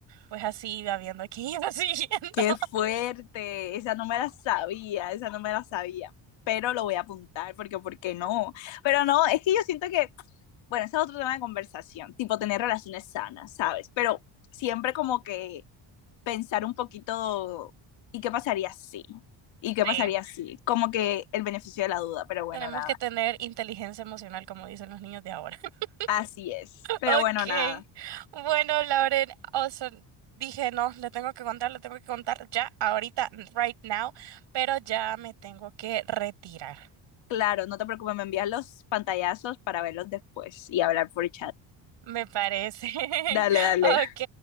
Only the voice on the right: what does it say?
pues así iba viendo a quién iba <laughs> siguiendo.
Sí,
tenemos
que tener inteligencia emocional, como dicen los niños de ahora. <laughs>
Ok,
bueno, Lauren, o sea, dije, no, le tengo que contar, le tengo que contar ya, ahorita, right now, pero ya me tengo que retirar.
Me parece. <laughs>
Ok,